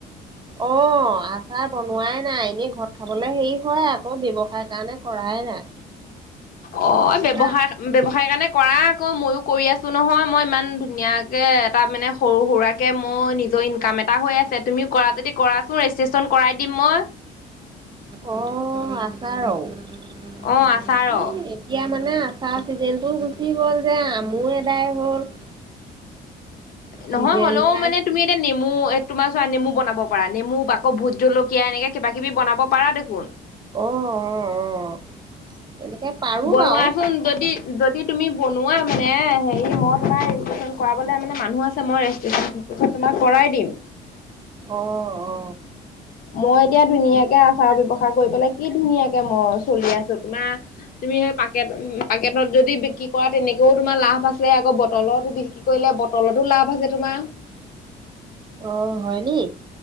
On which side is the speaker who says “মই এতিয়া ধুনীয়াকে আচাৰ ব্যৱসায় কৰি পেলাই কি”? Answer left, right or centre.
Left